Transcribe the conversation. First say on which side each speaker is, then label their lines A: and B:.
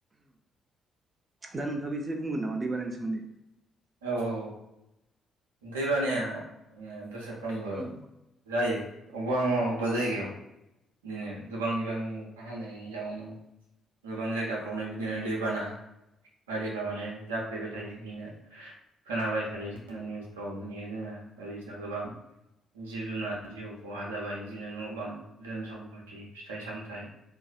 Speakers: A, on the right; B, on the right.
A: दा नोंथाङाबो एसे बुंगोन नामा दैबानानि सोमोन्दै?
B: औ औ। दैबानाया ओ बोसोरफ्रामबो
A: उम
B: जायो। अबेबा नङा अबेबा जायगायाव इदिनो गोबां बिबांनि अखा हानायनि जाउनाव गोबां जायगाफ्रावनो बिदिनो दैबाना बादिफ्रा माने जाफ्लेबाय थायो बिनो खोनाबाय थायो। ओ निउसफ्राव नुयो जोङो बायदिसिना गोबां जिब जुनार जिउ खहा जाबाय बिदिनो न' बां धोन सम्पथि फिथाइ सामथाइ